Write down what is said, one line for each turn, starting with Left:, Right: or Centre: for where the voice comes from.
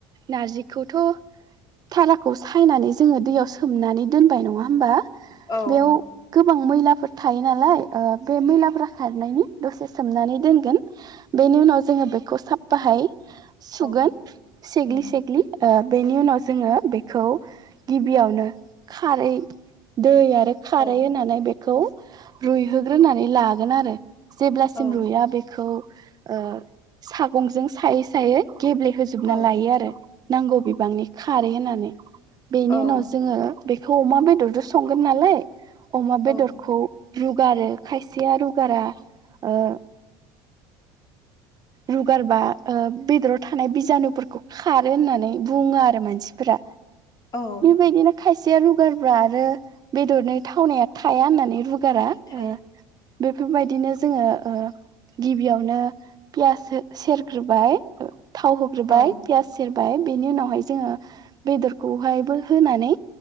Right: नारजिखौथ' थाराखौ सायनानै जोङो दैयाव सोमनानै दोनबाय नङा होमबा?
Left: औ।
Right: बेयाव गोबां मैलाफोर थायो नालाय ओ बे मैलाफोरा खारनायनि दसे सोमनानै दोनगोन बेनि उनाव जोङो बेखौ साफफाहाय सुगोन
Left: औ
Right: सेग्लि
Left: उम
Right: सेग्लि ओ बेनि उनाव जोङो बेखौ गिबियावनो खारै दै आरो आरो खारै
Left: औ
Right: होनानै बेखौ रुइहोग्रोनानै लागोन आरो। जेब्लासिम
Left: औ
Right: रुया बेखौ ओ सागंजों सायै सायै गेब्लेहोजोबना
Left: औ
Right: लायो आरो नांगौ बिबांनि खारै होननानै बेनि
Left: औ
Right: उनाव जोङो बेखौ अमा बेदरजों संगोन नालाय अमा
Left: औ
Right: बेदरखौ रुगारो खायसेया रुगारा ओ रुगारबा ओ बेदराव थानाय बिजानुफोरखौ खारो होननानै बुङो आरो मानसिफोरा
Left: औ
Right: बेबायदिनो खायसेया रुगारबा आरो बेदरनि थावनाया थाया होननानै रुगारा
Left: औ थाया
Right: ओ बेफोरबायदिनो जोङो ओ गिबियावनो पियास सेरग्रोबाय थाव होग्रोबाय
Left: औ
Right: पियस सेर बाय बिनि उनावहाय जोङो बेदरखौहाय होनानै